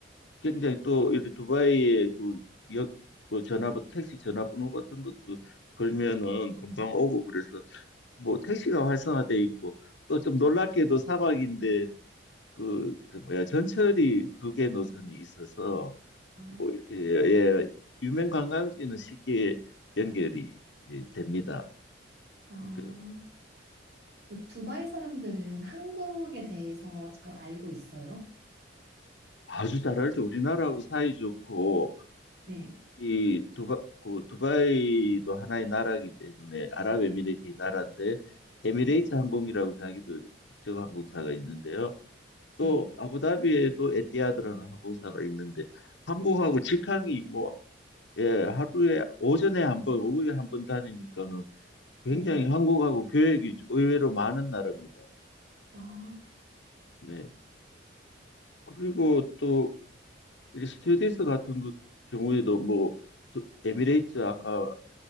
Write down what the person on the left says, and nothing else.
굉장히 또 이런 두바이의 그 역, 뭐 전화번 택시 전화번호 같은 것도 걸면은 금방 오고 그래서 뭐 택시가 활성화돼 있고 또 좀 놀랍게도 사막인데 그 저 뭐야 전철이 두 개 노선이 있어서
뭐 이렇게 예 유명 관광지는 쉽게 연결이 예, 됩니다.
그러니까
아주 잘알죠. 우리나라하고 사이 좋고
이 두바 그 두바이도 하나의 나라이기 때문에 아랍에미레이트의 나라인데 에미레이트 항공이라고 자기들 국적 항공사가 있는데요.
또 아부다비에도 에티하드라는 항공사가 있는데 한국하고 직항이 뭐 예, 하루에 오전에 한 번, 오후에 한 번 다니니까는 굉장히
한국하고 교역이 의외로 많은 나라입니다.
네. 그리고 또 이 스튜어디스 같은 그 경우에도 뭐 저- 에미레이트 아까